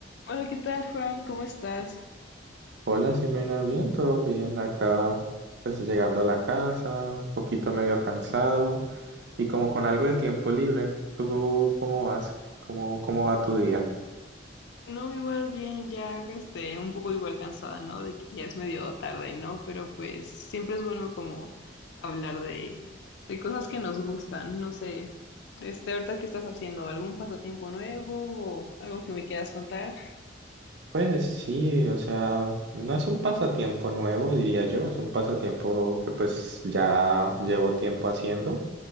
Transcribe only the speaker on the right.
Hola, Ximena, bien, todo bien. Acá, pues llegando a la casa, un poquito medio cansado y como con algo de tiempo libre. ¿Tú cómo vas? ¿Cómo, cómo va tu día?
Pues sí, o sea, no es un pasatiempo nuevo, diría yo, es un pasatiempo que pues ya llevo tiempo haciendo